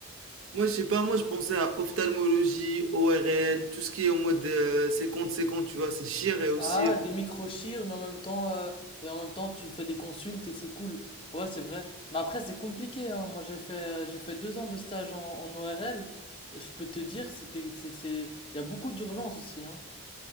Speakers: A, on the right; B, on the left.
A: moi, je sais pas, moi, je pensais à ophtalmologie, ORL, tout ce qui est en mode euh, séquence, séquence, tu vois, c'est chir et aussi.
B: Ah,
A: euh,
B: des micro-chires, mais en même temps, euh, et en même temps, tu fais des consultes et c'est cool. Ouais, c'est vrai. Mais après, c'est compliqué, hein. Moi, j'ai fait, euh, j'ai fait deux ans de stage en, en ORL. Je peux te dire, c'était, c'est, c'est, il y a beaucoup d'urgence aussi, hein.